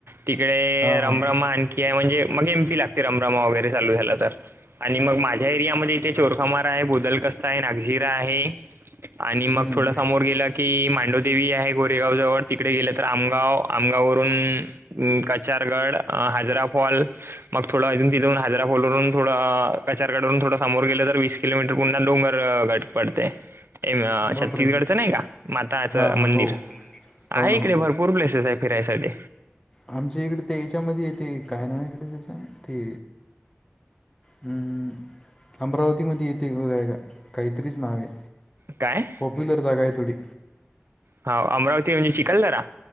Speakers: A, on the right (about 65°); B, on the left (about 20°).
A: तिकडे
B: हां
A: रमरम
B: हां
A: आणखी म्हणजे मग एमपी लागते रमरम वगैरे चालू झालं तर, आणि मग माझ्या एरियामध्ये ते चोरखोमार आहे, बोदल कस्ता आहे, नागझीरा आहे, आणि मग
B: हम्म.
A: थोडा समोर गेला ती मांडूदेवी आहे गोरेगावजवळ तिकडे गेलं तर आमगाव आमगाववरून अ- कचारगड, अ -हैदराफॉल मग थोडा अजून तिथून हैदराफॉलवरून थोडं कचारगढा वरून थोडं समोर गेलं तर वीस किलोमीटर पुन्हा डोंगर गाट पडतेय. अ
B: बापरे
A: छत्तीसगडचं नाही का, माताच
B: हां हां
A: मंदिर
B: हो हो
A: आहे
B: ना
A: इकडे
B: हो ना
A: भरपू पूर्ण प्लेसेस आहे फिरायसाठी.
B: आमच्या इकडे ते याच्यामध्ये येते काय नाव ये ग त्याचं ते हम्म, अमरावतीमध्ये येते बघायला काहीतरीच नाव आहे.
A: काय?
B: पॉप्युलर जागा आहे थोडी.
A: हा अमरावती म्हणजे चिखलदरा.